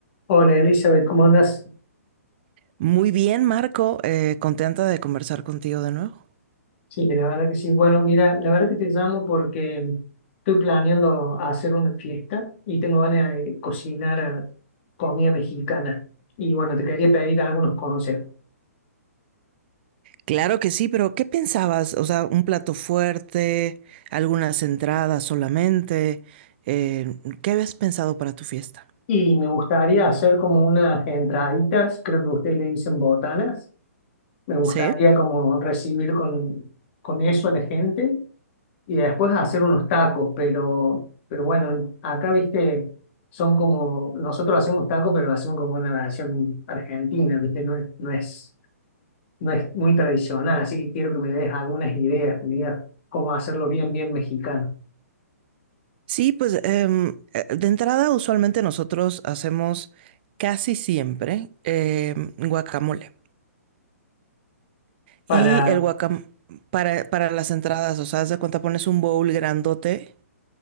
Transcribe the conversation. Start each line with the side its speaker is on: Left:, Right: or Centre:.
Left: Hola Elizabeth, ¿cómo andas?
Right: Muy bien, Marco, eh, contenta de conversar contigo de nuevo.
Left: Sí, la verdad que sí. Bueno, mira, la verdad que te llamo porque estoy planeando hacer una fiesta y tengo ganas de cocinar eh, comida mexicana. Y bueno, te quería pedir algunos consejos.
Right: Claro que sí, pero ¿qué pensabas? O sea, un plato fuerte, algunas entradas solamente. eh, ¿qué habías pensado para tu fiesta?
Left: Y me gustaría hacer como unas entraditas, creo que ustedes le dicen botanas. Me gustaría
Right: Sí,
Left: como recibir con, con eso a la gente. y después hacer unos tacos, pero, pero bueno, acá viste, son como, nosotros hacemos tacos, pero lo hacemos como una versión argentina, viste, no es, no es, no es muy tradicional, así que quiero que me des algunas ideas, que me digas cómo hacerlo bien, bien mexicano,
Right: Sí, pues em, eh, de entrada usualmente nosotros hacemos casi siempre em, guacamole.
Left: para
Right: Y el guacamole para, para las entradas, o sea, haz de cuenta pones un bowl grandote